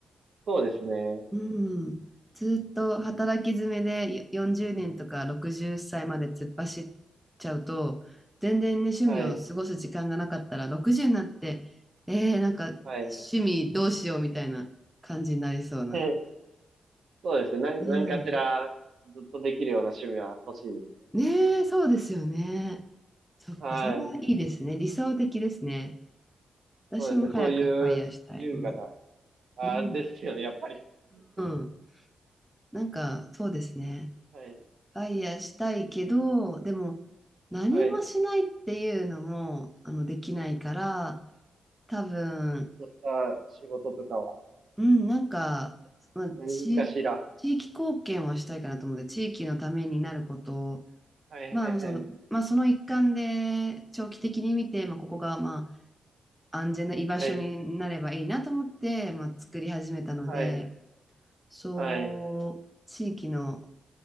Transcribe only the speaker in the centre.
うん。ずっと働き詰めでよ40年とか60歳まで突っ走っちゃうと、全然ね、趣味を過ごす時間がなかったら、
60になって、えー、なんか
趣味どうしようみたいな感じになりそうな。
うん。
ねえ、そうですよね。そっか、
それはいいですね。理想的ですね。私も早くファイヤーしたい。
うん。
うん。
うん。なんか、そうですね。
ファイヤーしたいけど、でも、何もしないっていうのも、
あの、できないから、多分、
うん、なんか、まあ、
地、地域貢献はしたいかなと思って、地域のためになることを、
まあ、あの、その、まあ、その一環で、長期的に見て、まあ、ここが、まあ、安全な居場所になればいいなと思って、
まあ、作り始めたので、
そう、
地域の